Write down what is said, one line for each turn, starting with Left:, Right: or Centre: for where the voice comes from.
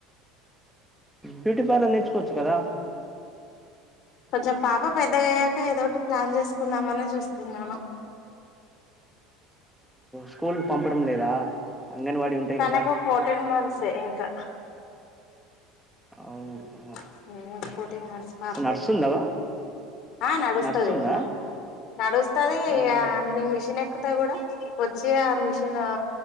Centre: బ్యూటీ పార్లల్ నేర్చుకోవచ్చు కదా
Left: కొంచెం పాప పెద్దగయ్యాక ఏదోటి ప్లాన్ చేసుకుందామనే చూస్తున్నాను
Centre: స్కూల్క్ పంపడం లేదా అంగన్వాడీ ఉంటాయి
Left: తనకు
Centre: కదా
Left: ఫోర్ త్రీని మంత్స్ తె ఇంఖ అహ్
Centre: అవునా
Left: <inaudible> టీ మంత్స్ పాపే
Centre: సో నడుస్తుందా
Left: ఆ నడుస్తది
Centre: నడుస్తుందా
Left: నడుస్తదీ
Centre: మ్మ్.
Left: ఆ నీ మిషన్ ఎక్కు త కూడా వచ్చి ఆ మిషన్ ఆ